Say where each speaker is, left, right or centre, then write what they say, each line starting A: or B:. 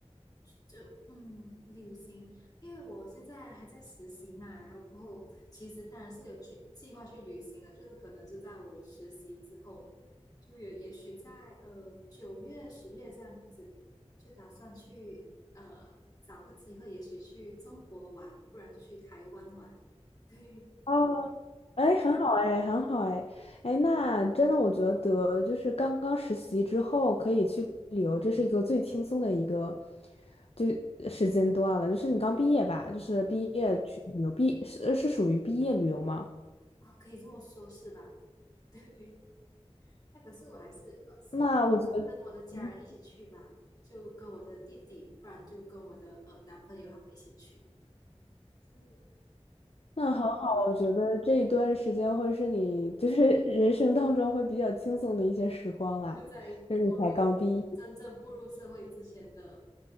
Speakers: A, on the left; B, on the left.
A: 就嗯，旅行，因为我现在还在实习嘛，然后过后其实当然是有去计划去旅行的，就是可能就在我实习之后，就有也许在呃九月、十月这样子，就打算去呃找个机会，也许去中国玩，不然就去台湾玩，<laughs> 对
B: 哦，哎，很好哎，很好哎，哎，那真的，我觉得就是刚刚实习之后可以去旅游，这是一个最轻松的一个就时间段了。就是你刚毕业吧，
A: 对对，
B: 就是毕业去旅游，毕是是属于毕业旅游吗？
A: 啊，可以这么说，是吧？<laughs> 对，那可是我还是呃希望
B: 那我觉得。
A: 跟我的家人一起去吧，
B: 嗯。
A: 就跟我的弟弟，不然就跟我的呃男朋友他们一起去。对，
B: 那很好，我觉得这一段时间会是你就是 <laughs> 人生当中会比较轻松的一些时光啦，
A: 就在步入
B: 就是你才刚毕业，
A: 真正步入社会之前的